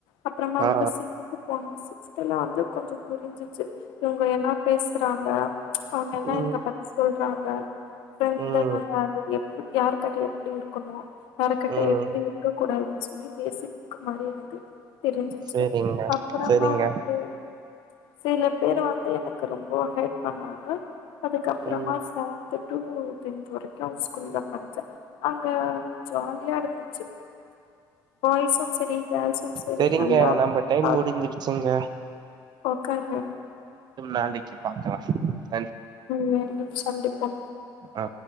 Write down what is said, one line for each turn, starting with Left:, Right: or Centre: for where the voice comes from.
Left: அப்புறமா
Right: ஆ
Left: வந்து சிக்ஸ்த்து போன சிக்ஸ் த்ல வந்து கொஞ்சோ புரிஞ்சிச்சு இவங்க என்னா பேசுறாங்க அவங்க என்னா
Right: ம்
Left: எங்க பத் சொல்றாங்க ஃப்ரெண்டுனா
Right: ம்
Left: யாரு இல்ல யாரு கிட்ட எப்டி இருக்கணு யாரு கிட்ட
Right: ம்
Left: எப்டி இருக்க கூடாதுன்னு சொல்லி பேசிக் மாரி எனக்கு தெரிஞ்சிச்சு
Right: சரிங்க
Left: அப்பறமா
Right: சரிங்க
Left: வந்து சில பேரு வந்து எனக்கு ரொம்ப ஹெல்ப் பண்ணாங்க அது அதுக்கப்பறமா
Right: ம்
Left: செவன்த்து டூ டென்த் வரைக்கு ஒரு ஸ்கூல்ல படிச்ச அங்க ஜாலியா இருந்துச்சு பாய்ஸு சரி கேர்ள்ஸு சரி
Right: சரிங்க
Left: நல்லா
Right: நம்ம டைம்
Left: பாத்
Right: முடிஞ்சுடுச்சுங்க
Left: ஓகேங்க
Right: நாளைக்கு பாக்கலா
Left: மீண்டும் சந்திப்பம்
Right: ஆ